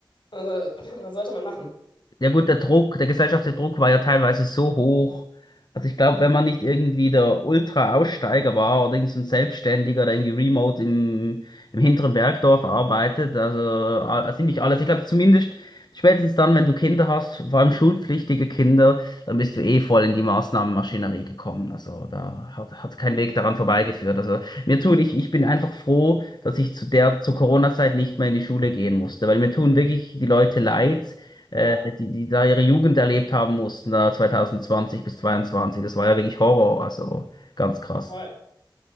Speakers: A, on the left; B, on the left.
A: also, <laughs> was sollte man machen?
B: Ja gut, der Druck, der gesellschaftliche Druck war ja teilweise so hoch. Also ich glaube, wenn man nicht irgendwie der Ultra-Aussteiger war oder irgend so ein Selbstständiger, oder irgendwie remote im, im hinteren Bergdorf arbeitet, also a- ziemlich alles. Ich glaube zumindest spätestens dann, wenn du Kinder hast, vor allem schulpflichtige Kinder, dann bist du eh voll in die Maßnahmenmaschinerie gekommen. Also da hat, hat kein Weg daran vorbeigeführt. Also mir tun, ich, ich bin einfach froh, dass ich zu der, zur Corona-Zeit nicht mehr in die Schule gehen musste, weil mir tun wirklich die Leute leid äh,
A: Ja,
B: die, die da ihre Jugend erlebt haben mussten, da 2020 bis 22. Das war ja wirklich Horror, also ganz krass.
A: voll.